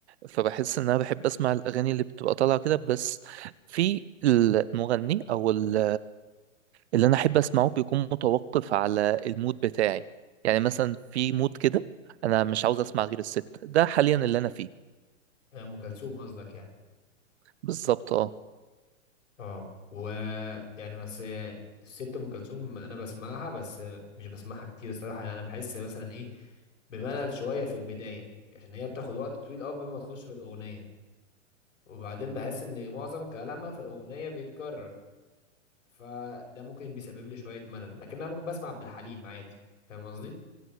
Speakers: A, on the right; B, on the left.
A: فبحس ان انا بحب اسمع الاغاني اللي بتبقى طالعه كده بس في المغني او ال- اللي انا احب اسمعه بيكون متوقف على المود بتاعي يعني مثلا في مود كده انا مش عاوز اسمع غير الست ده حاليا اللي انا فيه
B: آه، ام كلثوم قصدك يعني
A: بالظبط اه
B: اه و يعني بس آه، الست ام كلثوم انا بسمعها بس آه، مش بسمعها كتير الصراحه يعني انا بحس مثلا ايه بملل شويه في البدايه عشان هي بتاخد وقت طويل قوي قبل ما تخش في الاغنيه وبعدين بحس ان معظم كلامها في الاغنيه بيتكرر فده ممكن بيسبب لي شويه ملل لكن انا ممكن بسمع عبد الحليم عادي فاهم قصدي